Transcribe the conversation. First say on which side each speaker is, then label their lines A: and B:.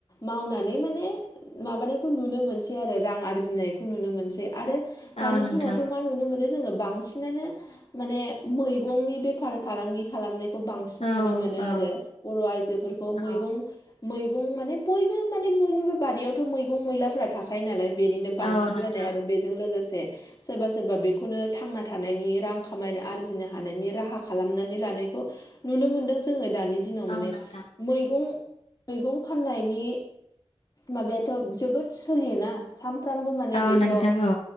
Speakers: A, on the left; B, on the left.
A: मावनानै माने माबानायखौ नुनो मोनसै आरो रां आरजिनायखौ नुनो मोनसै। आरो दानि
B: औ नोंथां
A: दिनावथ' मा नुनो मोनो जों बांसिनानो माने मैगंनि बेफार फालांगि खालामनाय खौ बांसिन
B: औ
A: नुनो मोनो
B: औ
A: आरो बर' आइजोफोरखौ
B: औ
A: मैगं मैगं माने बयबो माने बयनिबो बारियावथ' मैगं मैलाफोरा थाखा यो नालाय बेनिनो बांसिन
B: औ नोंथां
A: जानाय आरो बेजों लोगोसे सोरबा सोरबा बेखौनो थांना थानायनि रां खामायनो आरजिनो हानायनि राहा खालामनानै लानायखौ नुनो मोनदों जोङो दानि दिनाव माने
B: औ नोंथां
A: मैगं मैगं फाननायनि माबायाथ' जोबोद सोलियोना। सानफ्रामबो माने
B: औ
A: बेथ'
B: नोंथां औ